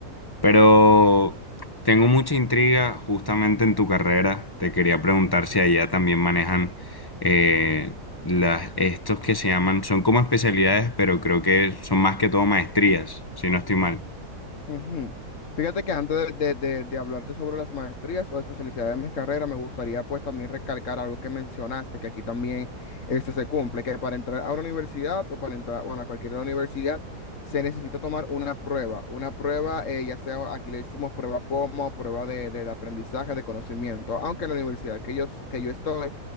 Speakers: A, on the left; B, on the left.
A: Pero tengo mucha intriga justamente en tu carrera. Te quería preguntar si allá también manejan eh, las, estos que se llaman, son como especialidades, pero creo que son más que todo maestrías, si no estoy mal.
B: Ujú. Fíjate que antes de, de- de- de hablarte sobre las maestrías o especialidades de mis carreras, me gustaría pues también recalcar algo que mencionaste, que aquí también este se cumple, que para entrar a una universidad o para entrar, bueno, a cualquier universidad, se necesita tomar una prueba, una prueba, eh, ya sea aquí le decimos prueba POMO, prueba de, del aprendizaje, de conocimiento, aunque en la universidad que yo, que yo estoy